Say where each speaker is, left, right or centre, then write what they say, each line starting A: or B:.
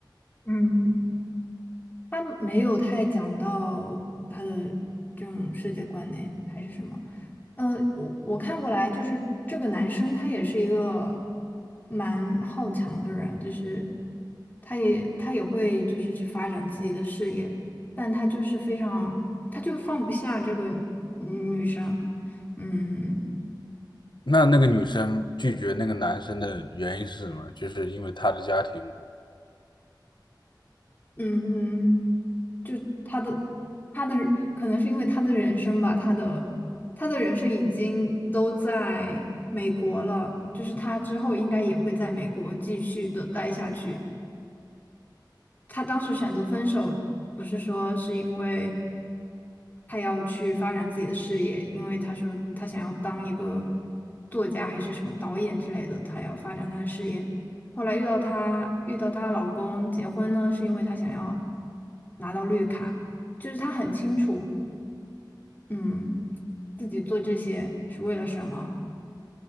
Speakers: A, on the left; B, on the left.
A: 嗯，她没有太讲到她的这种世界观呢，还是什么。呃，我我看过来，就是这个男生他也是一个蛮好强的人，就是他也他也会就是去发展自己的事业，但他就是非常，他就放不下这个嗯女生，嗯
B: 那那个女生拒绝那个男生的原因是什么？就是因为她的家庭嘛。
A: 嗯嗯，就他的他的可能是因为他的人生吧，他的他的人生已经都在美国了，就是他之后应该也会在美国继续的待下去。他当时选择分手，不是说是因为他要去发展自己的事业，因为他说他想要当一个作家还是什么导演之类的，他要发展他的事业。后来遇到她遇到她老公结婚呢，是因为她想要拿到绿卡，就是她很清楚，嗯，自己做这些是为了什么。